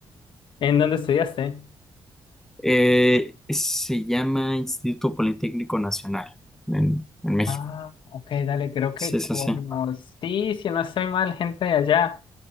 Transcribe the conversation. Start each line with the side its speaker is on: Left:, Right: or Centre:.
Left: ¿En dónde estudiaste?
Centre: Eh, se llama Instituto Politécnico Nacional en, en México.
Left: Ah, ok, dale, creo que
Centre: Sí,
Left: Conocí,
Centre: sí, sí.
Left: si no estoy mal, gente de allá.